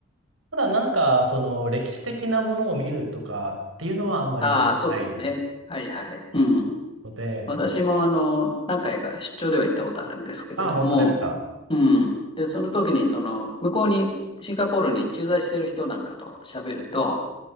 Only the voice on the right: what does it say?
ただなんか、その歴史的なものを見るとかっていうのはあんまり向いてない
ので、
ああ、本当ですか。